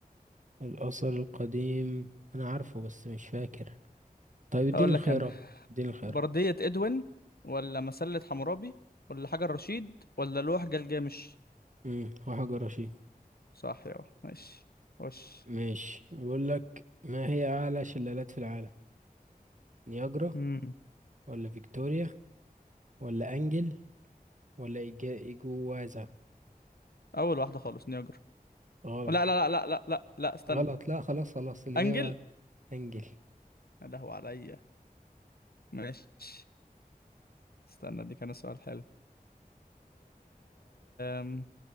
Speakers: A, on the right; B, on the left.
A: الأثر القديم أنا عارفه بس مش فاكر طيب اديني
B: هقول
A: الخيارات
B: لك انا
A: اديني الخيارات
B: بردية ادوين ولا مسلة حمورابي ولا حجر رشيد ولا لوح جلجامش
A: امم وحجر رشيد
B: صح يا ماشي وش
A: ماشي بيقول لك ما هي أعلى شلالات في العالم نياجرا
B: امم
A: ولا فيكتوريا ولا أنجل ولا إيجا إيجوازا
B: اول واحده خالص نياجرا
A: غلط
B: لا لا لا لا لا لا لا استنى
A: غلط لا خلاص خلاص الإجابة
B: انجل
A: أنجل
B: يا لهو عليا ماشي استنى دي كان سؤال حلو أم...